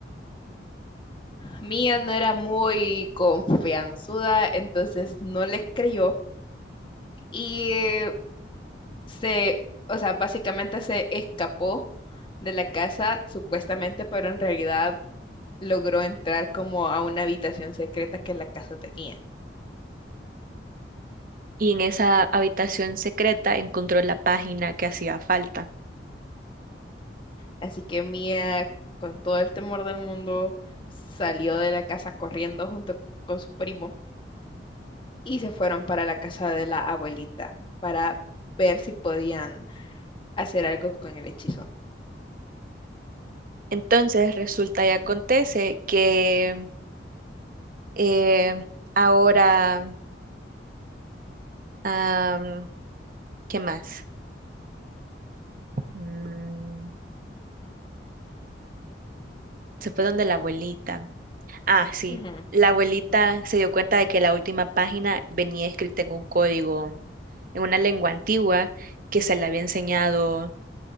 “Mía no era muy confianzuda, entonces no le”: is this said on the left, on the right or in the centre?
Left